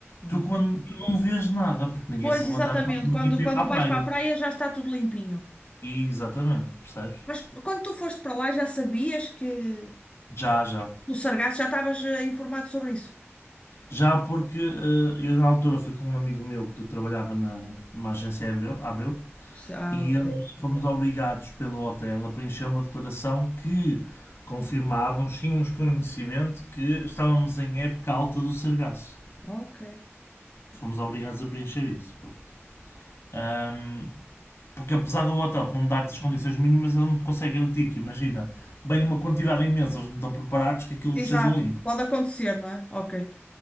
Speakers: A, on the left; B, on the left.
A: Ah.
B: Tu, quando, tu não vês nada, porque ninguém
A: Pois,
B: se levanta
A: exatamente.
B: às quatro da
A: Quando,
B: manhã para
A: quando
B: ir para a praia.
A: vais para a praia já está tudo limpinho.
B: E, exatamente, percebes?
A: Mas quando tu foste para lá já sabias que
B: Já, já.
A: o sargaço já estavas eh, informado sobre isso?
B: Já porque eh, eu na altura fui com um amigo meu que trabalhava na, numa agência Abreu, Abreu
A: Se- Ah,
B: e
A: ok.
B: eles fomos obrigados pelo hotel a preencher uma declaração que confirmávamos, tínhamos conhecimento que estávamos em época alta do sargaço.
A: Ok.
B: Fomos obrigados a preencher isso. Pronto. Ahm, porque apesar do hotel não dar-te as condições mínimas, ele não te consegue garantir que, imagina, bem uma quantidade imensa, eles não estão preparados que aquilo
A: Exato.
B: esteja limpo.
A: Pode acontecer, não é? Ok.